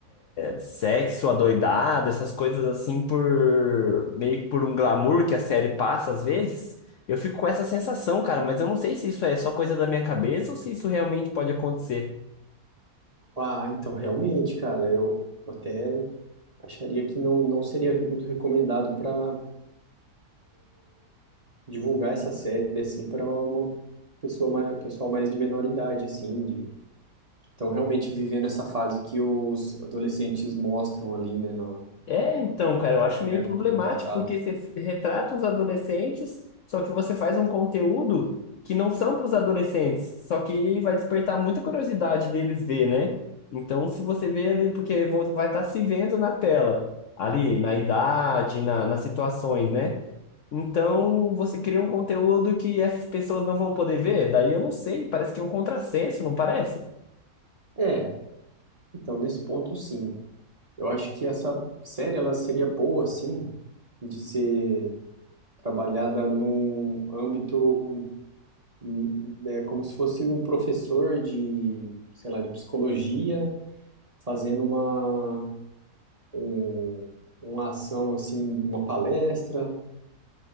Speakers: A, on the left; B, on the right.
A: sexo adoidado, essas coisas assim por meio que por um glamour que a série passa às vezes. Eu fico com essa sensação, cara, mas eu não sei se isso é só coisa da minha cabeça ou se isso realmente pode acontecer.
B: Ah, então, realmente, cara, eu até acharia que não, não seria muito recomendado para divulgar essa série, assim, para uma pessoa mais, pessoal mais de menor idade, assim, de Então, realmente vivendo essa fase que os adolescentes mostram ali, né, no,
A: É, então, cara, eu
B: que
A: acho meio
B: é,
A: problemático
B: que é retratado.
A: porque você retrata os adolescentes, só que você faz um conteúdo que não são para os adolescentes, só que vai despertar muita curiosidade deles ver, né? Então, se você vê ali, porque vão- vai estar se vendo na tela, ali, na idade, na, nas situações, né? Então, você cria um conteúdo que essas pessoas não vão poder ver, daí eu não sei, parece que é um contrassenso, não parece?
B: É, então, nesse ponto, sim. Eu acho que essa série, ela seria boa, sim, de ser trabalhada num âmbito, hum, né, como se fosse um professor de, sei lá, de psicologia, fazendo uma, um, uma ação, assim, uma palestra,